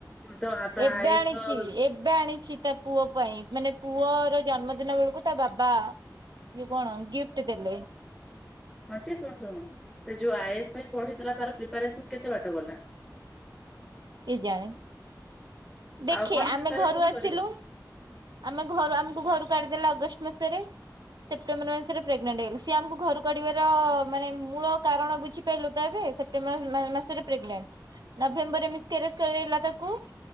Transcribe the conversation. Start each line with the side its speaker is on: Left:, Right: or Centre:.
Centre: ତ ତା
Right: ଏବେ
Centre: ଆଇଏସ୍
Right: ଆଣିଛି
Centre: ର ହଁ
Right: ଏ ଏବେ ଆଣିଛି ତା ପୁଅ ପାଇଁ ମାନେ ପୁଅର ଜନ୍ମଦିନ ବେଳକୁ ତା ବାବା ଏ ଯୋଉ କଣ ଗିଫ୍ଟ ଦେଲେ?
Centre: ହଁ ଯେ ଶୁଣୁ ଶୁଣୁ ସେ ଯୋଉ ଆଏସ୍ ପାଇଁ ପଢିଥିଲା ତାର ପ୍ରିପାରେସନ କେତେ ବାଟ ଗଲା?
Right: କେଜାଣି ଦେଖେ
Centre: ଆଉ କଣ ପ୍ରିପାରେସନ
Right: ଆମେ ଘରୁ ଆସିଲୁ
Centre: କରିବୁ
Right: ଆମେ ଘରୁ ଆମକୁ ଘରୁ କାଢିଦେଲା ଅଗଷ୍ଟ ମାସରେ ସେପ୍ଟେମ୍ବର ମାସରେ ପ୍ରେଗନେଣ୍ଟ ହେଗଲେ ସିଏ ଆମକୁ ଘରୁ କାଢିବାର ମାନେ ମୂଳ କାରଣ ବୁଝି ପାରିଲୁ ତ ଏବେ ସେପ୍ଟେମ୍ବର ମାସ ମାସରେ ପ୍ରେଗନେଣ୍ଟ ନଭେମ୍ବର କେରେସ କରେଇଲା ତାକୁ